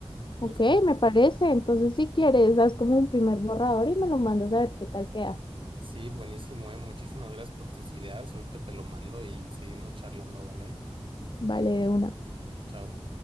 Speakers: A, on the right; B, on the left.
A: justo,
B: Ok,
A: justo.
B: me parece.
A: tal vez.
B: Entonces, si quieres, das como un primer borrador y me lo mandas a ver qué tal queda.
A: Sí, buenísimo, eh. Muchísimas gracias por tus ideas. Ahorita te lo mando y seguimos charlando, ¿vale?
B: Vale, de una.
A: Chao.